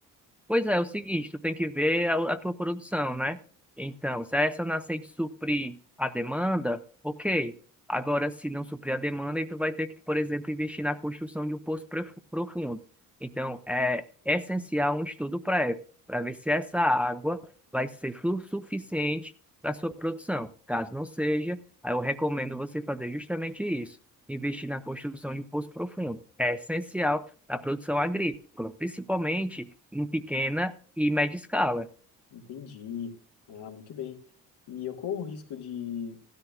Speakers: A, in the centre; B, on the left.
A: Pois é, é o seguinte, tu tem que ver a, a tua produção, né? Então, se essa nascer de suprir a demanda, ok. Agora, se não suprir a demanda, aí tu vai ter que, por exemplo, investir na construção de um poço profu- profundo. Então, é essencial um estudo prévio para ver se essa água vai ser flu- suficiente para sua produção. Caso não seja, aí eu recomendo você fazer justamente isso, investir na construção de um poço profundo. É essencial da produção agrícola, principalmente em pequena e média escala.
B: Entendi. Ah, muito bem. E eu corro o risco de